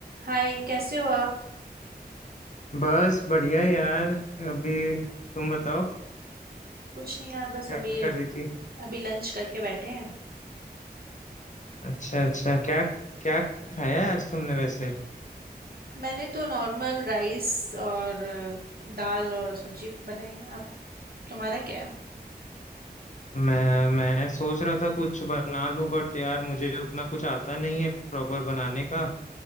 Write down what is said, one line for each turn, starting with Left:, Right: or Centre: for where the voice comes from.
Right: हाय कैसे हो आप
Left: बस बढ़िया यार अभी तुम बताओ
Right: कुछ नहीं यार बस
Left: क्या
Right: अभी
Left: कर रही थी
Right: अभी लंच करके बैठे हैं
Left: अच्छा अच्छा क्या क्या खाया है आज तुमने वैसे
Right: मैंने तो नॉर्मल राइस और अ, दाल और सब्जी बनाई है आप तुम्हारा क्या है
Left: मैं मैं सोच रहा था कुछ बना लूं बट यार मुझे उतना कुछ आता नहीं है प्रॉपर बनाने का